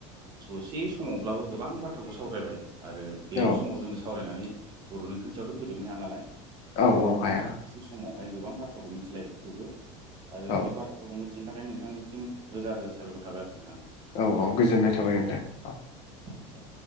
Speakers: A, on the right; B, on the left.
A: ससे समावब्लाबो गोबां बाथ्राखौ सावरायबाय। आरो बेलु
B: औ
A: समाव जोङो सावरायनानै बर'नि कन्सआवथ' फोजोबनो हाया नालाय।
B: औ औ
A: जों
B: हाया
A: एसे समावहाय गोबां बाथ्राखौ मिथिलायो थेवबो आरो
B: औ
A: बे बाथ्राफोरखौ। बिथिनि थाखाय नोंथांसिम रोजा रोजा साबायखर थाबाय आरो नोंथां।
B: औ- औ -गोजोननाय थाबाय नोंथां औ।
A: आदसा